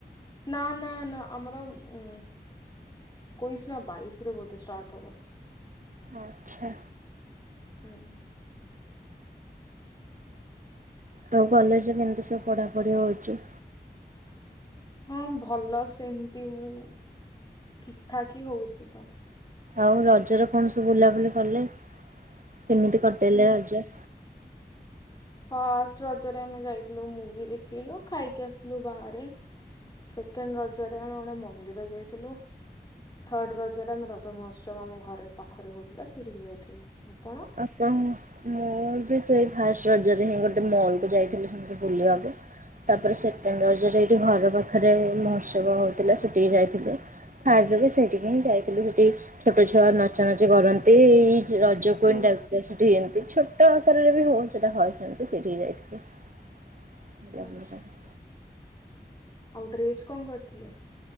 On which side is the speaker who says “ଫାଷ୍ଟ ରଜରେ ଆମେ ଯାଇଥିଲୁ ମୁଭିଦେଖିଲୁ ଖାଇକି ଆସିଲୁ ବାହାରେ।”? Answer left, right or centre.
Left